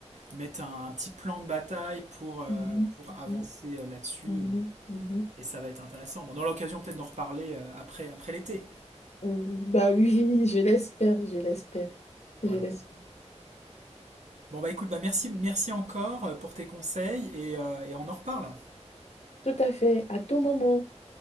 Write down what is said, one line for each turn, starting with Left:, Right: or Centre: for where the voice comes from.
Right: mettre un, un petit plan de bataille pour, euh,
Left: Mhm,
Right: pour avancer
Left: mhm,
Right: euh, là-dessus.
Left: mhm, mhm.
Right: Et, et ça va être intéressant. Bon, on aura l'occasion peut-être d'en reparler euh, après, après l'été.
Left: Bah oui, je l'espère, je l'espère, je
Right: Voilà.
Left: l'espère.
Right: Bon bah écoute, bah merci, merci encore euh, pour tes conseils et, euh, et on en reparle.
Left: Tout à fait, à tout moment.